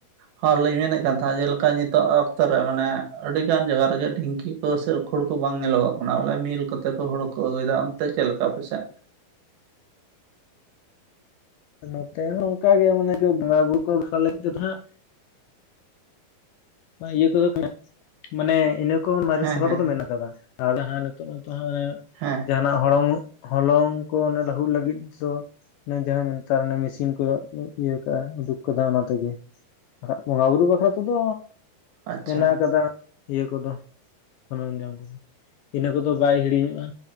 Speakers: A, on the right (about 70°); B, on the left (about 80°).
A: ᱦᱚᱸ ᱞᱤᱧ ᱢᱮᱱᱮᱫ ᱠᱟᱱ ᱛᱟᱦᱮᱸᱫ ᱡᱮᱞᱮᱠᱟ ᱱᱤᱛᱚᱜ ᱚᱠᱛᱚ ᱨᱮ ᱢᱟᱱᱮ ᱟᱹᱰᱤ ᱜᱟᱱ ᱡᱟᱭᱜᱟ ᱨᱮᱜᱮ ᱰᱷᱤᱝᱠᱤ᱾ ᱦᱟᱹᱨ ᱥᱮ ᱩᱠᱦᱳᱲ ᱠᱚ ᱵᱟᱝ ᱧᱮᱞᱚᱜᱚᱜ ᱠᱟᱱᱟ ᱵᱚᱞᱮ ᱢᱤᱞ ᱠᱚᱛᱮ ᱠᱚ ᱦᱳᱲᱩ ᱠᱚ ᱟᱹᱜᱩᱭᱮᱫᱟ᱾ ᱚᱱᱛᱮ ᱪᱮᱫ ᱞᱮᱠᱟ ᱯᱮᱥᱮᱡ?
B: ᱱᱚᱛᱮ ᱦᱚᱸ ᱚᱱᱠᱟᱜ ᱜᱮ ᱢᱟᱱᱮ ᱵᱷᱟᱲᱟ ᱵᱩᱨᱩ ᱠᱚ ᱵᱷᱟᱞᱤ ᱞᱟᱹᱜᱤᱫ ᱛᱮᱫᱚ ᱦᱟᱸᱜ᱾ ᱤᱭᱟᱹ ᱠᱚᱫᱚ ᱢᱟᱱᱮ ᱤᱱᱟᱹ ᱠᱚ ᱢᱟᱨᱮ
A: ᱦᱮᱸ
B: ᱥᱟᱯᱷᱟ
A: ᱦᱮᱸ
B: ᱠᱚᱫᱚ ᱢᱮᱱ ᱟᱠᱟᱫᱟ᱾ ᱡᱟᱦᱟᱸᱱᱮᱛᱚᱜ ᱱᱮᱛᱚᱜ ᱦᱟᱸᱜ᱾
A: ᱦᱮᱸ᱾
B: ᱡᱟᱦᱱᱟᱜ ᱦᱚᱞᱚᱝ ᱦᱚᱞᱚᱝ ᱠᱚ ᱚᱱᱮ ᱞᱟᱹᱦᱩᱫ ᱞᱟᱹᱜᱤᱫ ᱫᱚ᱾ ᱚᱱ ᱡᱟᱦᱟᱸ ᱢᱮᱱᱛᱟᱨ ᱢᱮᱥᱤᱱ ᱠᱚ ᱤᱭᱟᱹ ᱠᱟᱜᱼᱟ ᱩᱰᱩᱠ ᱠᱟᱫᱟ ᱚᱱᱟ ᱛᱮᱜᱮ᱾ ᱵᱟᱠᱟᱜ ᱵᱚᱸᱜᱟ ᱵᱩᱨᱩ ᱵᱟᱠᱷᱨᱟ ᱛᱮᱫᱚ᱾
A: ᱟᱪᱪᱷᱟ
B: ᱢᱮᱱᱟᱜ ᱟᱠᱟᱫᱟ ᱤᱭᱟᱹ ᱠᱚᱫᱚ ᱥᱚᱨᱢ ᱡᱟᱢ ᱠᱚᱫᱚ᱾ ᱤᱱᱟᱹ ᱠᱚᱫᱚ ᱵᱟᱭ ᱦᱤᱲᱤᱧᱚᱜᱼᱟ